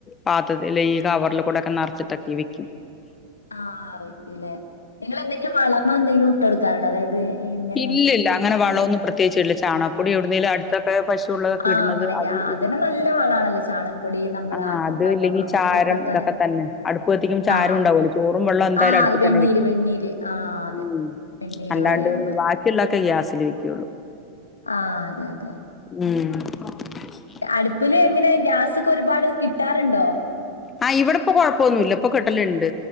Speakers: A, on the left; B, on the left.
A: പാത്രത്തിൽ ഈ കവറൽ കൂടെക്കെ നറച്ചിട്ടൊക്കെ വെക്കിയും. <unintelligible> <inaudible>
B: ആഹാ വെയ്ക്കൂല്ലേ നിങ്ങള് ന്തെങ്കിലും വളറ്മ എന്തെങ്കിലും ഇട്ട്ടുക്കാറുണ്ടോ അതായത് ഇങ്ങനെ
A: ഇല്ലില്ല. ഇല്ല അങ്ങന വളോന്നും. പ്രത്യേച്ച്ല്ല ചാണപ്പൊടി എവിടുന്നേലും ആ ഇതൊക്കെ പശുള്ളതൊക്കെ
B: ആഹ്
A: ഇട്ണത്
B: അങ്ങനെയൊക്കെ
A: അത്
B: ആഹ്
A: ഇടും
B: അതന്നെ നല്ല വളാണല്ലോ ചാണപ്പൊടി നമ്മളെ
A: ആഹ്
B: ആട്ടും
A: അത്
B: കാട്ടം
A: ഇല്ലെങ്കി
B: അങ്ങനെയൊക്കെ
A: ചാരം.
B: ഇട്ട് കൊടുത്താ
A: ഇതൊക്കെ തന്നെ അടുപ്പ് കത്തിക്കുമ്പോ ചാരം
B: ആഹ്
A: ണ്ടാവോലോ ചോറും വെള്ളം എന്തായാലും
B: ആഹ്
A: അടുപ്പ
B: അത് വെണ്ണീര്
A: തന്നെ വെക്കിയും
B: വെണ്ണീര് ആഹ് അതെ
A: മ്മ്.
B: വെണ്ണീര്
A: അല്ലാണ്ട്
B: പറയും നമ്മള്
A: വാക്കിയുള്ളക്കെ ഗ്യാസിൽ വെക്ക്യോള്ളൂ.
B: ആഹാാ അതെ അതെ
A: മ്മ്.
B: അടുപ്പില് എങ്ങനെ ഗ്യാസൊക്കെ ഒരുപാട് കിട്ടാറുണ്ടോ?
A: ആഹാ ഇവിടെപ്പോ കോഴപ്പമൊന്നുല്ല ഇപ്പോ കിട്ടല്ണ്ട്